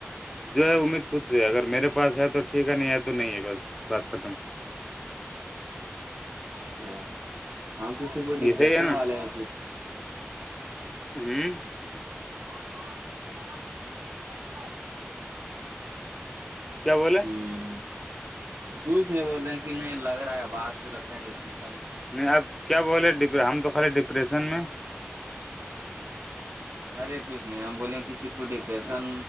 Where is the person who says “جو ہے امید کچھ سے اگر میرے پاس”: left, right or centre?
Centre